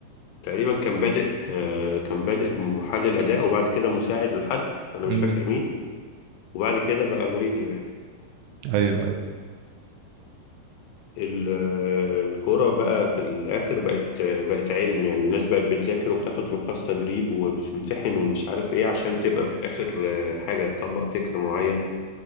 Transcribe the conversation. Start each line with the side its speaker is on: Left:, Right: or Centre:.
Left: تقريبا كان بادئ آه كان بادئ محلل اداء وبعد كده مساعد لحد انا مش
Right: امم
Left: فاكر مين وبعد كده بقى مورينيو يعني
Right: ايوه ايوه
Left: ال- الكرة بقى في الآخر بقت بقت علم يعني الناس بقت بتذاكر وبتاخد رخص تدريب وبتمتحن ومش عارف إيه عشان تبقى في الآخر آه، حاجة تطبق فكر معين